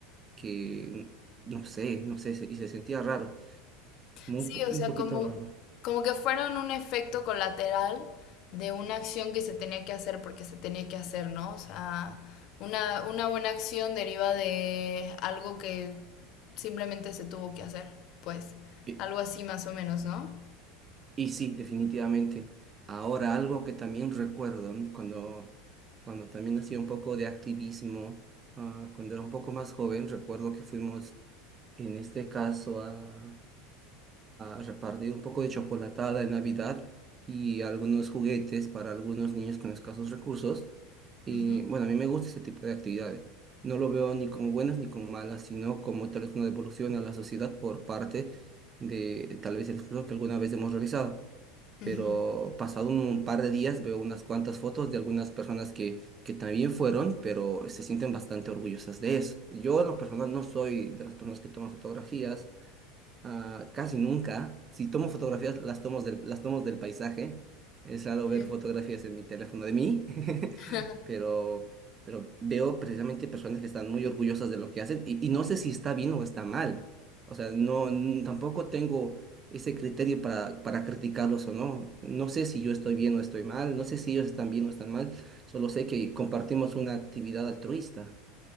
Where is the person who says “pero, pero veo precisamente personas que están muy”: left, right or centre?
Right